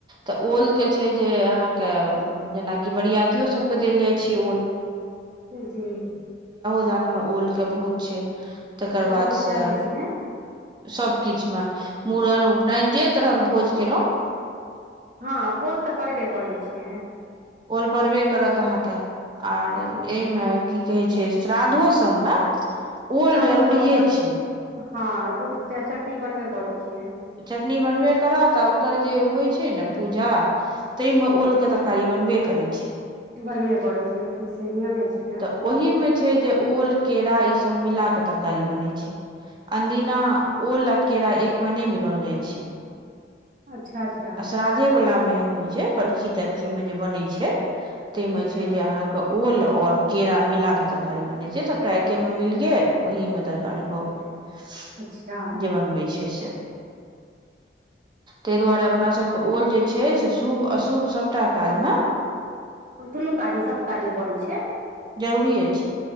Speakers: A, on the right; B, on the right.
A: तऽ ओल के छै जे अहाँ के जेनाकि बरियातियो सबके देल जाइ छै ओल
B: जी
A: दन में ओल के बहुत छै तकर
B: बहुत
A: बाद से
B: ज्यादे छै
A: सब किछ में मुुंडन उपनयन जे तरहके भोज केलै
B: हँ ओल तऽ पड़बे करैत छै
A: ओल पड़बे करत अहाँ के आर
B: जी
A: एहिमे की कहै छै श्राद्धो सब में ओल
B: श्राद्ध
A: जरूरीेए
B: मे तऽ ओकर
A: छै
B: हँ चटनी बनबे करै छै
A: चटनी बनबे करत आ ओकर जे होइ छै ने पूजा तहिमे ओल के तरकारी बनबे करै छै
B: बने पड़ै छै ठीक से नियमे छै
A: तऽ ओहि में छै जे ओल केरा ई सभ सब मिला के तरकारी बने छै अनदिना ओल केरा एक में न मिलल जाय छै
B: अच्छा अच्छा
A: <inaudible> अ श्राद्धे वला मे एहन होइ छै बड़खी तरखी में जे बनै छै ताहिमे
B: अच्छा
A: छै जे अहाँके ओल ओर केरा मिला के तरकारी बने छै सबटा एके मे मिल गेल ओहि मे तरकारी भए गेल
B: अच्छा
A: जे बनबै छै से तऽ दुआरे अपना सभके ओल जे छै से शुभ अशुभ सभटा काजमे
B: दुनू काजमे सभ काजमे पड़ैत छै
A: जरूरिे छै